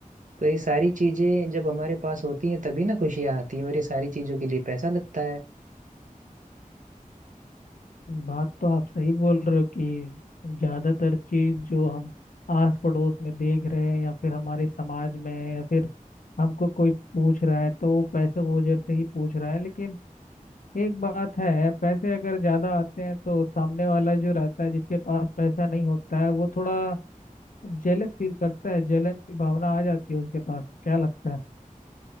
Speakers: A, on the right; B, on the left.
A: तो ये सारी चीजें जब हमारे पास होती हैं तभी ना खुशियाँ आती है और ये सारी चीजों के लिए पैसा लगता है
B: बात तो आप सही बोल रहे हो कि ज्यादातर चीज जो हम आस पड़ोस में देख रहे हैं या फिर हमारे समाज में या फिर हमको कोई पूछ रहा है तो वो पैसे की वजह से ही पूछ रहा है लेकिन एक बात है पैसे अगर ज्यादा आते हैं तो सामने वाला जो रहता है जिसके पास पैसा नहीं होता है वो थोड़ा जेलस फील करता है जलन की भावना आ जाती है उसके पास क्या लगता है